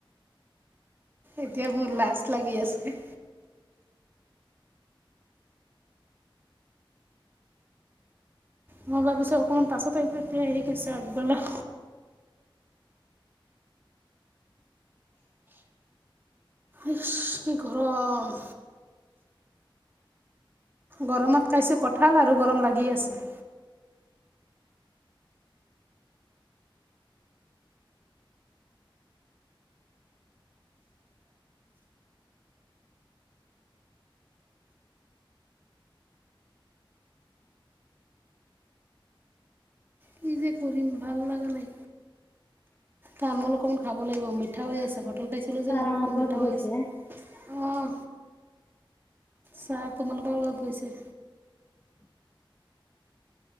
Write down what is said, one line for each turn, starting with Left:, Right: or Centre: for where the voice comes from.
Right: এতিয়া মোৰ লাজ লাগি আছে। মই ভাবিছো অকণমান পাছতে এতিয়া হেৰি কৰিছে আগবেলা। এইচ কি গৰম। গৰমত খাইছোঁ কঁঠাল আৰু গৰম লাগি আছে। কি যে কৰিম ভাল লগা নাই, তামোল অকণমান খাব লাগিব মিঠা হৈ আছে প তল খাইছিলোঁ
Left: ছাৰ
Right: যে মুখখন
Left: আমাৰ ঘৰত
Right: মিঠা
Left: গৈছে।
Right: হৈ আছে। আহ, চাৰ তোমালোকৰ লগত গৈছে।